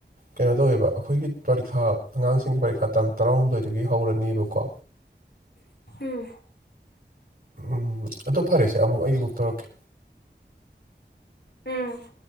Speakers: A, on the right; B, on the left.
A: ꯀꯩꯅꯣ ꯇꯧꯋꯦꯕ ꯑꯩꯈꯣꯏꯒꯤ ꯄꯔꯤꯈꯥ ꯑꯉꯥꯡꯁꯤꯡꯒꯤ ꯄꯔꯤꯈꯥ ꯇꯥꯡ ꯇꯔꯥꯍꯨꯝꯗꯣꯏꯗꯒꯤ ꯍꯧꯔꯅꯤꯕꯀꯣ
B: ꯎꯝ
A: ꯎꯝ ꯑꯗꯨ ꯐꯔꯦꯁꯦ ꯑꯃꯨꯛ ꯑꯩ ꯑꯃꯨꯛ ꯇꯧꯔꯛꯀꯦ
B: ꯎꯝ <inaudible>